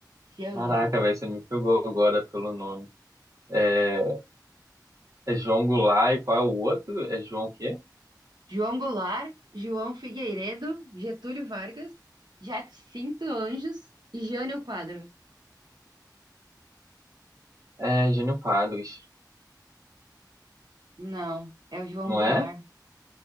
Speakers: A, on the right; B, on the right.
A: Jango.
B: caraca, velho, você me pegou agora pelo nome. É, é João Goulart e qual é o outro? É João o quê?
A: João Goulart, João Figueiredo, Getúlio Vargas, Jacinto Anjos e Jânio Quadros.
B: É Jânio Quadros,
A: Não, é o João
B: não
A: Goulart.
B: é?